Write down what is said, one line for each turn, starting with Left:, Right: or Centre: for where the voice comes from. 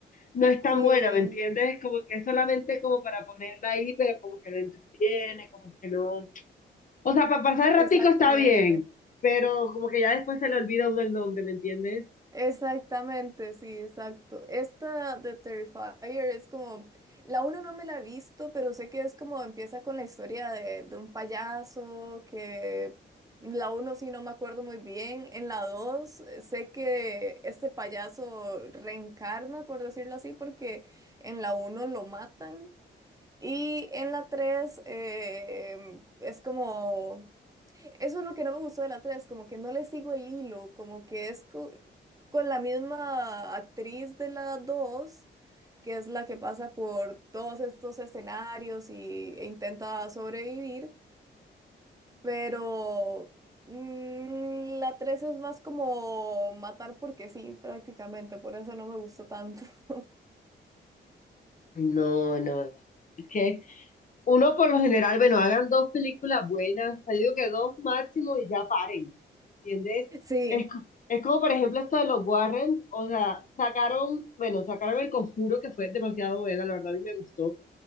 Left: no es tan
Right: sí,
Left: buena, ¿me entiendes? Como que es solamente como para ponerla ahí, pero como que no entretiene, como que no. O sea, para pasar el
Right: exactamente.
Left: ratico está bien, pero como que ya después se le olvida a uno el nombre, ¿me entiendes?
Right: Exactamente, sí, exacto. Esta de Terrifier es como, la uno no me la he visto, pero sé que es como empieza con la historia de, de un payaso, que la uno sí no me acuerdo muy bien. En la dos eh, sé que este payaso reencarna, por decirlo así, porque en la uno lo matan. Y en la tres eh, es como... Eso es lo que no me gustó de la 3 como que no le sigo el hilo, como que es co- con la misma actriz de la 2 que es la que pasa por todos estos escenarios y, e intenta sobrevivir, pero mm, la 3 es más como matar porque sí, prácticamente, por eso no me gustó tanto. <laughs>
Left: No, no, es que Uno por lo general, bueno, hagan dos películas buenas, o yo digo que dos máximo y ya paren, ¿entiendes?
Right: Sí,
Left: Es, co- es como por ejemplo esto de los Warren, o sea, sacaron, bueno, sacaron El Conjuro que fue demasiado buena, la verdad a mí me gustó.